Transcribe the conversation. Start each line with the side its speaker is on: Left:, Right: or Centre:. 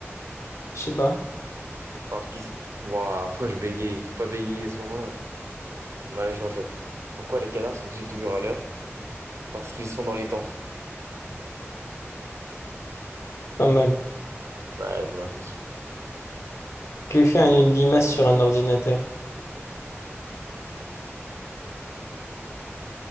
Left: Je sais pas.
Right: Parce qu'ils... Ouah, pourquoi je bégaye? Il faut pas bégayer à ce moment-là. Bah, allez, je refais. Pourquoi les canards sont-ils toujours à l'heure? Parce qu'ils sont dans les temps.
Left: Pas mal.
Right: Ouais, elle est pas mal celle-ci.
Left: Que fait un- une limace sur un ordinateur?